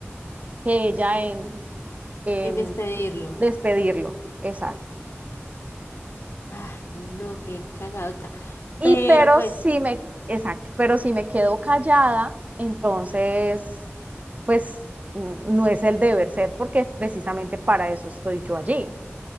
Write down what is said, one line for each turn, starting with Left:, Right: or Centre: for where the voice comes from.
Right: que ella en, en
Left: En despedirlo.
Right: despedirlo. Exacto.
Left: Ay, no, qué cagadota.
Right: Y
Left: Pero
Right: pero
Left: pues.
Right: si me, exacto, pero si me quedo callada, entonces, pues mm, no es el deber ser, porque precisamente para eso estoy yo allí.